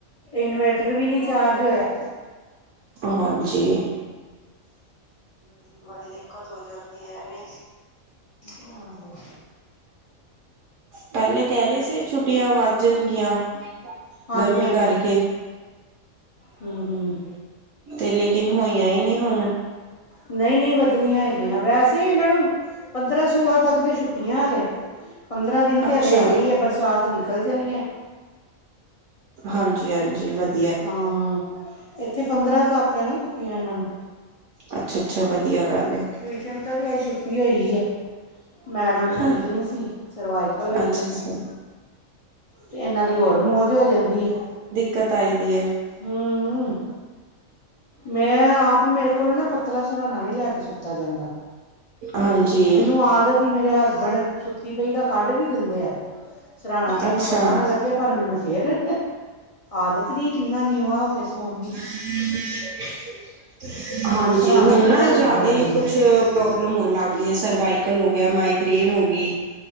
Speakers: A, on the left; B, on the right.
A: ਇਨਵੇਟਰ ਵੀ ਨਹੀਂ ਚਾਰਜ ਹੋਇਆ
B: ਹਾਂਜੀ
A: ਬੜੀ ਦਿੱਕਤ ਹੋ ਜਾਂਦੀ ਹੈ ਐ ਵੀ ਨ ਹੋ
B: ਪੈਲੇ ਕਹਿ ਰਹੇ ਸੀ ਛੁੱਟੀਆਂ ਵੱਧ ਜਾਣਗੀਆਂ
A: ਹਾਂਜੀ
B: ਗਰਮੀ ਕਰਕੇ
A: ਹਾਂਜੀ ਹ ਹੂੰ
B: ਤੇ ਲੇਕਿਨ ਹੋਈਆਂ ਹੀ ਨਹੀਂ ਹੁਣ
A: ਨਹੀਂ ਨਹੀਂ ਵੱਧਣੀਆਂ ਹੈਗੀਆਂ ਵੈਸੇ ਇਹਨਾਂ ਨੂੰ ਪੰਦਰਾਂ ਸੋਲਾਂ ਤੱਕ ਤਾਂ ਛੁੱਟੀਆਂ ਹਾਲੇ ਪੰਦਰਾਂ ਦਿਨ ਤਾਂ
B: ਅੱਛਾ
A: ਹਾਲੇ ਹੈਗੇ ਹੀ ਹੈ ਬਰਸਾਤ ਨਿਕਲ ਜਾਣੀ ਹੈ
B: ਹਾਂਜੀ ਹਾਂਜੀ ਵਧ
A: ਹਾਂ ਇੱਥੇ ਪੰਦਰਾਂ ਤੱਕ ਆ ਨਾ ਛੁੱਟੀਆਂ ਇਹਨਾਂ ਨੂੰ
B: ਅੱਛਾ ਅੱਛਾ ਵਧੀਆ ਗੱਲ
A: ਟਿਊਸ਼ਨ ਤੋਂ ਵੀ ਅਜ ਛੁੱਟੀ ਹੋਈ ਆ ਮੈਡਮ
B: ਅੱਛਾ
A: ਠੀਕ ਨਹੀਂ ਸੀ ਸਰਵਾਈਕਲ ਹੋਈ
B: ਅੱਛਾ
A: ਉਹਨੂੰ ਤੇ ਇਹਨਾਂ ਦੀ ਹੋਰ ਮੌਜ ਹੋ ਜਾਂਦੀ ਹੈ
B: ਕਤਾਈ ਦੀ ਹੈ
A: ਹਮ ਮੈਂ ਆਪ ਮੇਰੇ ਕੋਲੋਂ ਨਾ ਪਤਲਾ ਸਰਾਣਾ ਨਹੀ ਲੈ ਕੇ ਸੁੱਤਾ ਜਾਂਦਾ
B: ਹਾਂਜੀ
A: ਮੈਨੂੰ ਆਦਤ ਮੇਰੇ ਹਸਬੈਂਡ ਸੁੱਤੀ ਪਈ ਦਾ ਕੱਢ ਵੀ ਦਿੰਦੇ ਆ ਸਰਾਣਾ ਕੇ
B: ਅੱਛਾ
A: ਇਹਨੂੰ ਪਤਾ ਨਾ ਲੱਗ ਪਰ ਮੈਨੂੰ ਫੇਰ ਆਦਤ ਨਹੀਂ ਕਿੰਨਾ ਨੀਵਾਂ ਹੋ ਕੇ ਸੌਣ ਦੀ
B: ਹਮ ਹਾਂਜੀ
A: ਮੈਂ ਸਰਾਣਾ
B: ਹੁਣ
A: ਹੀ ਬਹੁਤ
B: ਨਾ ਇਹ
A: ਵੱਡਾ
B: ਜ਼ਿਆਦਾ
A: ਲੈਂਦੀ
B: ਹੀ ਕੁਛ
A: ਆ
B: ਪ੍ਰੋਬਲਮ ਹੋਣ ਲੱਗ ਗਈ ਹੈ ਸਰਵਾਈਕ ਕਲ ਹੋ ਗਿਆ ਮਾਈਗ੍ਰੇਨ ਹੋ ਗਈ